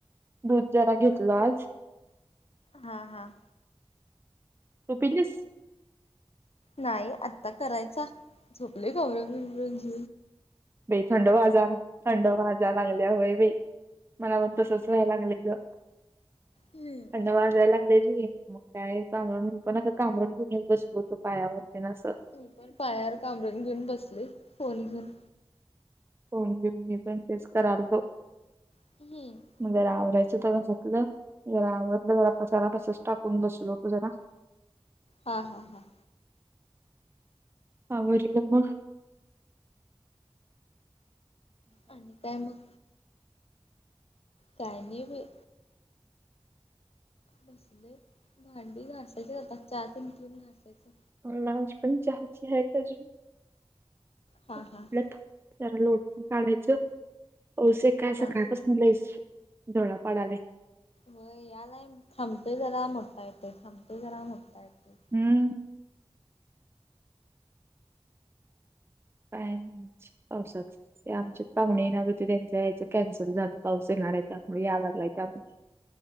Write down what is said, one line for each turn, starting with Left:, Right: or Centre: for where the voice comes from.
Right: दूध जरा घेतल आज.
Left: हा हा.
Right: तू पिलीस?
Left: नाही आत्ता करायचा झोपले गौरज
Right: बई थंड भाजा थंड भाजा लागल्या होय बा मला पण तसच व्हायला लागले ग.
Left: हम्
Right: ड वाजाय लागलेली. मग काय कामरून पण कामरून घेऊन बसलो होतो पायावरती ना असं.
Left: मी पण पायार कामरून घेऊन बसले फोन घेऊन.
Right: होन घेऊन मी पण तेच करालतो.
Left: ह
Right: म्हज आवरायचं तर आवरलं जरा आपण चार तसच टाकून बसल होतो जरा
Left: हा हां हां.
Right: <unintelligible>
Left: आणि काय मग? काय नाही बाई. बसले भांडी घासायचे जातात चहा पिऊन घासायचे.
Right: लाज पण चहाची आहे का अजून
Left: हा
Right: आप
Left: हा हा
Right: त्या लोट काढायचं औष्यक काय
Left: हा
Right: असं मुस धोळा पडालाय.
Left: व याला थांबते जरा मोठा येते थांबते जरा मोठा येते.
Right: हम्म <unintelligible> ते आमच्यात पाहुणे येणार होते त्यांच याचं कॅन्सल झालं पाऊस येणार आहे त्यामुळे या लागलाय त्यामुळे.